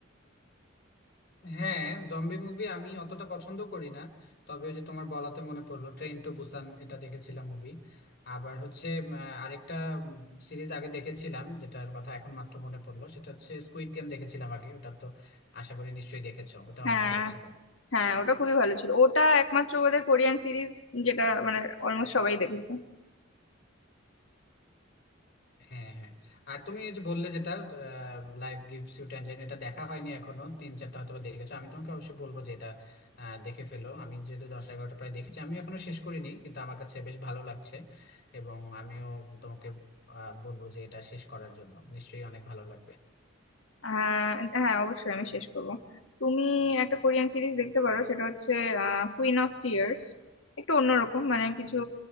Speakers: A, on the left (about 55°); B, on the left (about 70°).
A: হ্যাঁ জম্বি মুভি আমি অতটা পছন্দ করি না তবে ওই যে তোমার বলাতে মনে পড়লো ট্রেন টু বুসান এটা দেখেছিলাম মুভি আবার হচ্ছে উম, আহ, আরেকটা সিরিজ আগে দেখেছিলাম যেটার কথা এখন মাত্র মনে পড়লো সেটা হচ্ছে স্কুইড গেম দেখেছিলাম আগে ওটা তো আশা করি নিশ্চয়ই দেখেছো ওটা
B: হ্যাঁ
A: অনেক ভালো ছিল
B: হ্যাঁ ওটা খুবই ভালো ছিল ওটা একমাত্র বোধহয় কোরিয়ান সিরিজ যেটা মানে অলমোস্ট সবাই দেখেছে
A: হ্যাঁ হ্যাঁ আর তুমি এই যে বললে যেটা লাইফ গিভস ইউ ট্যানজারিন এটা দেখা হয়নি এখনো তিন চারটা হয়তো বা দেখেছো আমি তোমাকে অবশ্যই বলবো যে এটা আহ, দেখে ফেলো আমি যেহেতু দশ এগারোটা প্রায় দেখেছি আমি এখনো শেষ করিনি কিন্তু আমার কাছে বেশ ভালো লাগছে এবং আমিও তোমাকে আহ, বলবো যে এটা শেষ করার জন্য নিশ্চয়ই অনেক ভালো লাগবে
B: হ্যাঁ হ্যাঁ অবশ্যই আমি শেষ করব তুমি একটা কোরিয়ান সিরিজ দেখতে পারো সেটা হচ্ছে কুইন অফ টিয়ার্স একটু অন্যরকম মানে কিছু